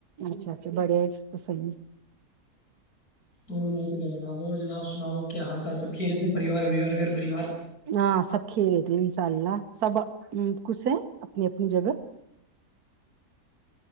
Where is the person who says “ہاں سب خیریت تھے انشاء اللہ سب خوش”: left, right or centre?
Right